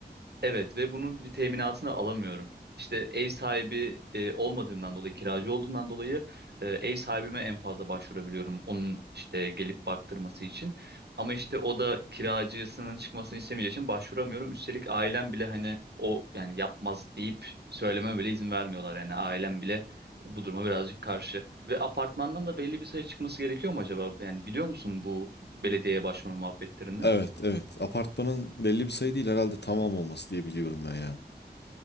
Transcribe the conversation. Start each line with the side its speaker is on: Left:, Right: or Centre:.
Right: Evet ve bunun bir teminatını alamıyorum. İşte ev sahibi e, olmadığımdan dolayı, kiracı olduğumdan dolayı e, ev sahibime en fazla başvurabiliyorum. Onun işte gelip baktırması için. Ama işte o da kiracısının çıkmasını istemeyeceği için başvuramıyorum. Üstelik ailem bile hani o yani yapmaz deyip söyleme bile izin vermiyorlar. Yani ailem bile bu duruma birazcık karşı. Ve apartmandan da belli bir sayı çıkması gerekiyor mu acaba? Yani biliyor musun bu belediyeye başvurma muhabbetlerini?
Left: Evet evet apartmanın belli bir sayı değil herhalde tamam olması diye biliyorum ben ya.